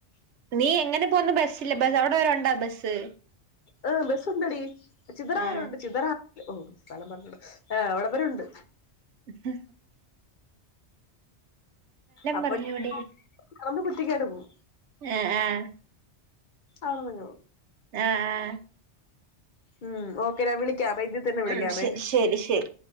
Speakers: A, on the right (about 85°); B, on the left (about 50°).
A: നീ എങ്ങനെ പോന്ന് ബസ്സില്ല ബ അവിടെ വരണ്ടാ ബസ്
B: ആ് ബസ്സുണ്ടടി ചിദറ
A: ആഹ്
B: വരെ ഉണ്ട്. ചിദറ ഓ സ്ഥലം പറഞ്ഞോളു ആഹ് അവടെവരുണ്ട്
A: ഹുഹ്
B: അപ്പൊ
A: പറഞ്ഞൂടെ
B: പറമ്പ് കുറ്റിക്കാടു പോും.
A: ആഹ് ആഹ്
B: അവ്ട്ന്ന്ങ
A: ആഹ് ആഹ്
B: ഉം ഓക്കെ ഞാൻ വിളിക്കാമേ ഇതി തന്നെ വിളിക്കാമേ
A: ആഹ് ഉം ശരി ശരി ശരി